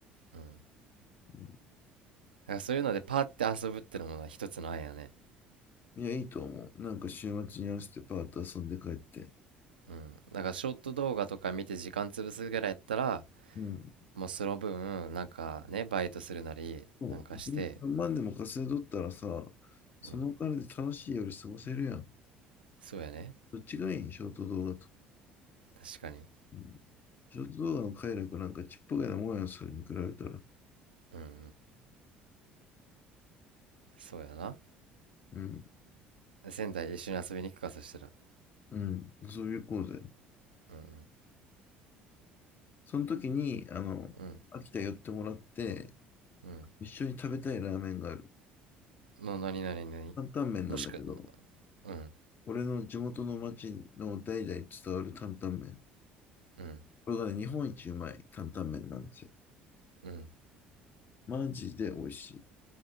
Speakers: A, on the right; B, on the left.
A: うん。
B: うん、
A: なんかそういうのでパーって遊ぶってのもな一つの案やね。
B: いや、いいと思う。なんか週末に合わせてパーッと遊んで帰って。
A: うん。だからショート動画とか見て時間潰すぐらいやったら、
B: うん。
A: もうその分、なんかね、バイトするなり、
B: そう、
A: なんかして、
B: 一日3万でも稼いどったらさ、そのお金で楽しい夜過ごせるやん。
A: うん。そうやね。
B: どっちがいいショート動画と。
A: 確かに。
B: うん。ショート動画の快楽なんかちっぽけなもんやそれに比べたら。
A: うんうんうん。そうやな。
B: うん。
A: 仙台一緒に遊びに行くか、そしたら。
B: うん。遊び行こうぜ。
A: うん
B: その時に、あの、
A: うん
B: 秋田寄ってもらって、
A: うん
B: 一緒に食べたいラーメンがある。
A: うん。の、なになになに
B: 担々麺なんだけど、
A: もしく、うん
B: 俺の地元の町の代々伝わる担々麺。
A: うん
B: これがね、日本一うまい担々麺なんですよ。
A: うん。
B: マジで美味し